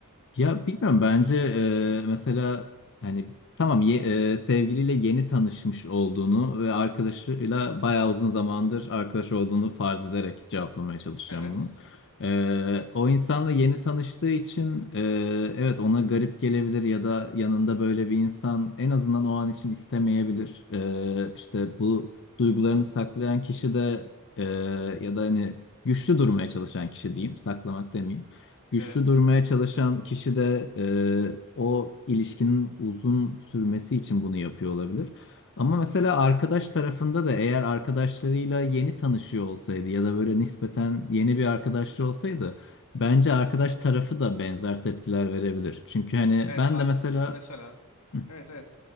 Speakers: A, on the left (about 55°); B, on the left (about 80°).
A: Ya bilmiyorum bence e, mesela hani tamam ye, e, sevgiliyle yeni tanışmış olduğunu ve arkadaşıyla bayağı uzun zamandır arkadaş olduğunu farz ederek cevaplamaya çalışacağım
B: Evet,
A: bunu. E, o insanla yeni tanıştığı için e, evet ona garip gelebilir ya da yanında böyle bir insan en azından o an için istemeyebilir. E, işte bu duygularını saklayan kişi de e, ya da hani güçlü durmaya çalışan kişi diyeyim saklamak demeyeyim güçlü
B: evet,
A: durmaya çalışan kişi de e, o ilişkinin uzun sürmesi için bunu yapıyor olabilir. Ama mesela
B: evet.
A: arkadaş tarafında da eğer arkadaşlarıyla yeni tanışıyor olsaydı ya da böyle nispeten yeni bir arkadaşlığı olsaydı bence arkadaş tarafı da benzer tepkiler verebilir. Çünkü hani
B: Evet
A: ben
B: haklısın.
A: de mesela
B: Mesela.
A: Hı,
B: Evet evet.